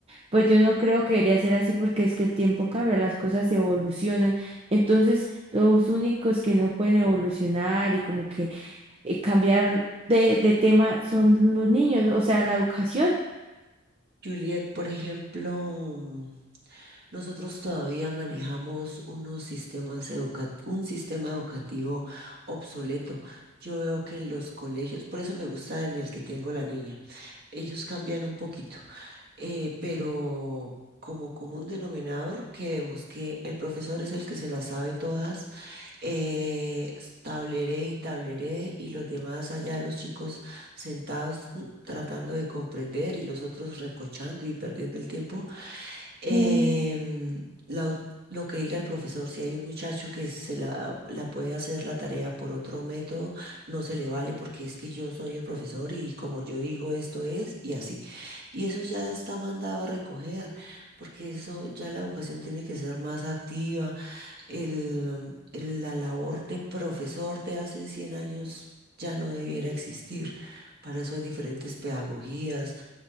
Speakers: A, on the right; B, on the right.
A: Pues yo no creo que debería ser así porque es que el tiempo cambia, las cosas evolucionan. Entonces, los únicos que no pueden evolucionar y como que eh, cambiar de, de tema son los niños, o sea, la educación,
B: Juliet, por ejemplo, mm, nosotros todavía manejamos unos sistemas educa- un sistema educativo obsoleto. Yo veo que en los colegios, por eso me gusta en el que tengo la niña, ellos cambian un poquito, eh, pero como común denominador que vemos que el profesor es el que se las sabe todas Eh, tableré y tableré y los demás allá, los chicos sentados mm, tratando de comprender y los otros recochando y perdiendo el tiempo. Em,
A: Ujú.
B: la au- lo que diga el profesor, si hay un muchacho que se la, la puede hacer la tarea por otro método, no se le vale porque es que yo soy el profesor y como yo digo esto es y así. Y eso ya está mandado a recoger porque eso ya la educación tiene que ser más activa el- el- la labor de profesor de hace 100 años ya no debiera existir. Para eso hay diferentes pedagogías